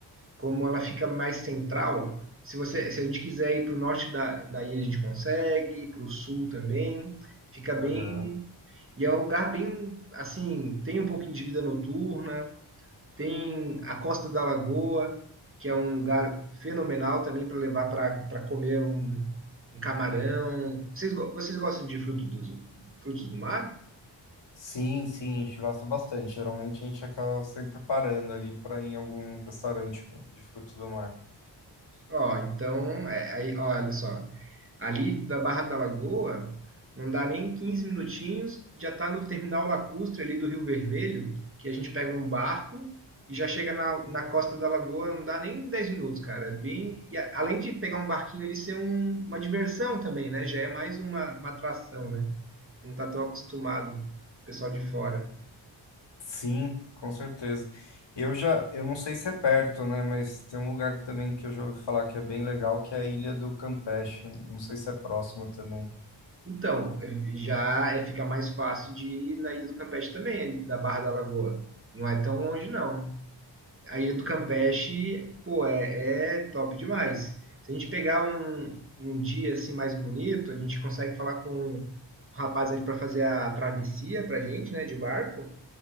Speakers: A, on the right (about 25°); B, on the left (about 65°).
A: Como ela fica mais central, se você, se a gente quiser ir para o norte da, da ilha, a gente consegue, para o sul também. Fica bem.
B: Aham.
A: E é um lugar bem assim, tem um pouquinho de vida noturna, tem a Costa da Lagoa, que é um lugar fenomenal também para levar para comer um, um camarão. Vocês, go- vocês gostam de frutos dos frutos do mar?
B: Sim, sim, a gente gosta bastante. Geralmente a gente acaba sempre parando ali para ir em algum restaurante de frutos do mar.
A: Ó, então, é, aí, ó, olha só. Ali da Barra da Lagoa, não dá nem 15 minutinhos, já está no terminal lacustre ali do Rio Vermelho, que a gente pega um barco e já chega na, na costa da Lagoa, não dá nem 10 minutos, cara. É bem, e a- além de pegar um barquinho ali ser um- uma diversão também, né? Já é mais uma, uma atração, né? Não tá tão acostumado o pessoal de fora.
B: Sim, com certeza. Eu já, eu não sei se é perto, né? Mas tem um lugar que também que eu já ouvi falar que é bem legal, que é a Ilha do Campeche. Não sei se é próximo também.
A: Então, já é, fica mais fácil de ir na Ilha do Campeche também, da Barra da Lagoa. Não é tão longe, não. A Ilha do Campeche, pô, é, é top demais. Se a gente pegar um, um dia assim mais bonito, a gente consegue falar com o rapaz ali para fazer a travessia pra gente, né, de barco.